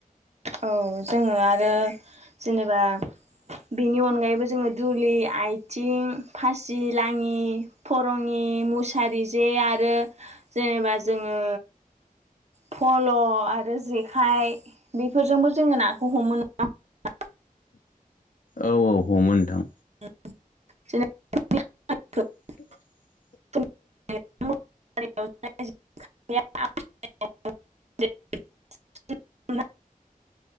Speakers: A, on the right; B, on the left.
A: औ जोङो आरो जेनेबा बेनि अनगायैबो जोङो दुलि आथिं फासि लाङि फरङि मुसारि जे आरो जेनेबा जोङो फल' आरो जेखाइ बेफोरजोंबो जोङो नाखौ हमो नंङा होमब्ला?
B: औ औ हमो नोंथां।
A: <unintelligible>
B: <inaudible>
A: <unintelligible> <unintelligible> <unintelligible>